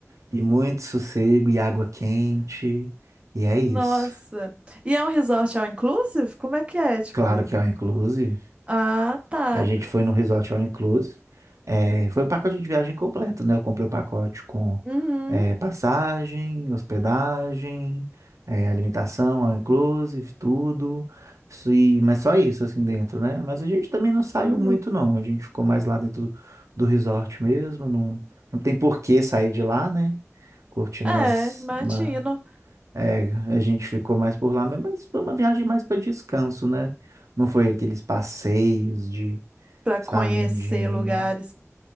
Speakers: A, on the right (about 75°); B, on the right (about 20°).
A: E muito sossego e água quente. E é
B: Nossa.
A: isso.
B: E é um resort all inclusive? Como é que é, tipo?
A: Claro que é all inclusive.
B: Ah, tá.
A: A gente foi num resort all inclusive. É, foi o pacote de viagem completo, né? Eu comprei o pacote com
B: Uhum,
A: é, passagem, hospedagem, é, alimentação, all inclusive, tudo. Isso, e, mas só isso, assim, dentro, né? Mas a gente também não saiu
B: uhum.
A: muito, não. A gente ficou mais lá dentro do, do resort mesmo. Não, não tem por que sair de lá, né? Curtindo
B: É,
A: umas,
B: imagino.
A: uma- É, a gente ficou mais por lá, mas mas foi uma viagem mais para descanso, né? Não foi aqueles passeios de,
B: Pra
A: sabe,
B: conhecer
A: de...
B: lugares.